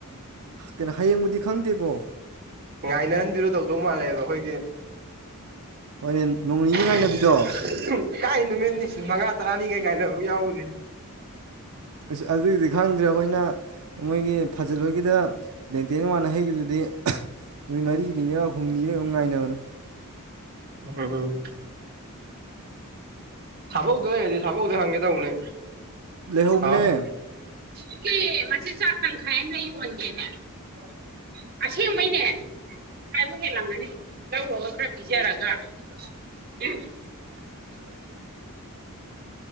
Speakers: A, on the right; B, on the right.
A: ꯀꯩꯅꯣ ꯍꯌꯦꯡꯕꯨꯗꯤ ꯈꯪꯗꯦꯀꯣ
B: ꯉꯥꯏꯅꯍꯟꯕꯤꯔꯣ ꯇꯧꯗꯧ ꯃꯥꯜꯂꯦꯕ ꯑꯩꯈꯣꯏꯒꯤ
A: ꯍꯣꯏꯅꯦ ꯅꯣꯡ ꯅꯤꯅꯤ ꯉꯥꯏꯅꯕꯤꯗꯣ
B: <inaudible> ꯀꯥꯏꯅ ꯃꯦꯅꯤ ꯃꯉꯥ ꯇꯔꯥꯅꯤ ꯀꯩ ꯀꯥꯏꯅ ꯑꯃꯨꯛ ꯌꯥꯎꯕꯦ
A: ꯑꯁ ꯑꯗꯨꯒꯤꯗꯤ ꯈꯪꯗ꯭ꯔꯦ ꯑꯩꯈꯣꯏꯅ ꯃꯣꯏꯒꯤ ꯐꯥꯖꯂꯣꯏꯒꯤꯗ ꯂꯦꯡꯇꯦꯟ ꯋꯥꯅ ꯍꯩꯒꯤꯗꯨꯗꯤ ꯅꯨꯃꯤꯠ ꯃꯔꯤꯅꯤꯅꯤꯔ ꯍꯨꯝꯅꯤꯔ ꯗꯨꯝ ꯉꯥꯏꯅꯕꯅꯤ
B: ꯎꯝ ꯎꯝ ꯁꯥꯕ ꯍꯧꯗ ꯂꯩ ꯍꯥꯏꯗꯤ ꯁꯥꯕ ꯍꯧꯗ ꯍꯪꯒꯦ ꯇ ꯍꯅꯦ
A: ꯂꯩꯍꯧꯕꯅꯦ
B: ꯑꯥꯎ <unintelligible> ꯃꯆꯤꯟ ꯆꯥꯛ ꯊꯪꯈꯥꯏꯃꯥ ꯂꯩꯌꯣ ꯌꯣꯟꯒꯦꯅꯦ <unintelligible> ꯑꯁꯦꯡꯕꯩꯅꯦ ꯈꯥꯏꯕ ꯍꯦꯜꯂꯪꯒꯅꯤ ꯂꯧꯔꯒ ꯈꯔ ꯄꯤꯖꯔꯒ <unintelligible>
A: ꯍ <inaudible>